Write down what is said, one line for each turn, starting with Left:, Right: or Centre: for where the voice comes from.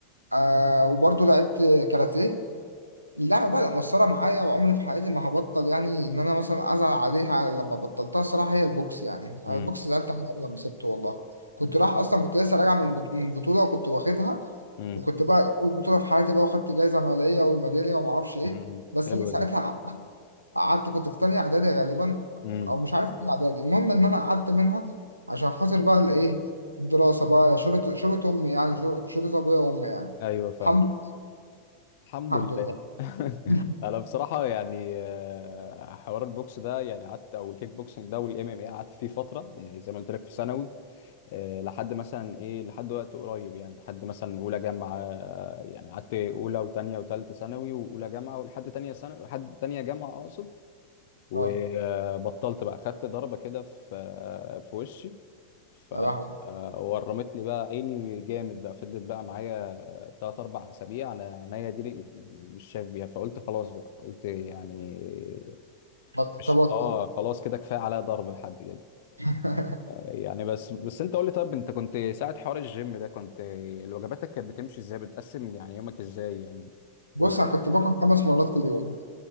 Right: آه وبرضه لعبت كاراتيه اللعبه بقى مؤثره معايا وعمري في حياتي ما هبطل يعني ان انا مثلا ازعل عليها لما بطلتها الصراحه هي البوكس يعني أنا
Left: امم
Right: البوكس زعلت عليها قبل ما سبته والله كنت رايح اصلا كنت لسه راجع من بط- من بطوله وكنت واخدها
Left: امم
Right: وكنت بقى إيه، اول بطوله في حياتي بقى وخدت جايزه ماليه والميداليه وما اعرفش ايه
Left: امم
Right: بس
Left: حلو
Right: انا ساعتها
Left: ده
Right: قعدت قعدت- كنت في تانية اعدادي غالبا
Left: امم
Right: او مش عارف ايه اعدادي المهم ان انا قعدت منها عشان خاطر بقى الايه الدراسه بقى شرط شرط امي يعني شر- شرط ابويا وامي يعني
Left: ايوه فاهم
Right: الحمد
Left: الحمد
Right: الحمد
Left: لله
Right: لله
Left: <laughs>
Right: <laughs>
Left: انا بصراحه يعني آه، حوار البوكس ده يعني قعدت او الكيك بوكسنج ده والام ام اي قعدت فيه فتره يعني زي ما قلت لك في ثانوي آه، لحد مثلا ايه لحد وقت قريب يعني لحد مثلا اولى جامعه آه، يعني قعدت اولى وتانية وتالتة ثانوي واولى جامعه ولحد تانية ثانوي لحد تانية جامعه اقصد وبطلت
Right: اه
Left: بقى خدت ضربه كده في آه، في وشي ف
Right: يا لهوي
Left: آه، ورمت لي بقى عيني جامد بقى فضلت بقى معايا تلات أربع أسابيع أنا عينيا دي مش شايف بيها فقلت خلاص بقى قلت يعني
Right: بط-
Left: مش
Right: تبطل
Left: آه خلاص كده كفاية عليا ضرب لحد كده
Right: <laughs>
Left: يعني بس بس انت قول لي طب انت كنت ساعة حوار الجيم ده كنت وجباتك كانت بتمشي ازاي بتقسم يعني يومك ازاي يعني
Right: بص
Left: و...
Right: انا كنت باكل خمس مرات في اليوم